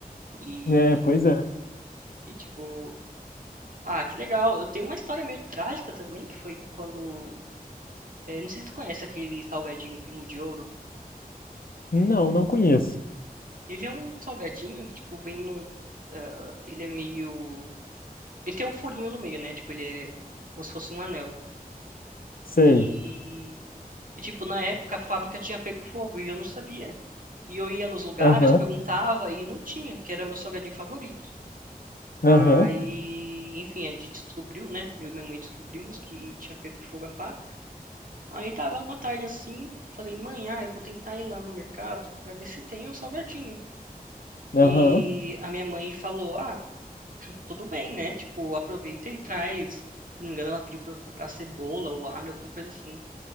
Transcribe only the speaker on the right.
E,
e tipo, ah, que legal. Eu tenho uma história meio trágica também, que foi quando. é, não sei se tu conhece aquele salgadinho Pingo de Ouro.
Ele é um salgadinho que, tipo, vem num. ah, ele é meio. Ele tem um furinho no meio, né? Tipo, ele é como se fosse um anel.
E, e, tipo, na época a fábrica tinha pego fogo e eu não sabia. E eu ia nos lugares,
perguntava e não tinha, porque era meu salgadinho favorito. Aí,
enfim, a gente descobriu, né? Eu e minha mãe descobrimos que tinha pego fogo a fábrica. Aí tava uma tarde assim, eu falei, mãe, ah, eu vou tentar ir lá no mercado pra ver se tem o salgadinho.
E a minha mãe falou, ah, tudo bem, né? Tipo, aproveita e traz. Se não me engano, ela pediu pra eu comprar cebola ou alho, alguma coisa assim.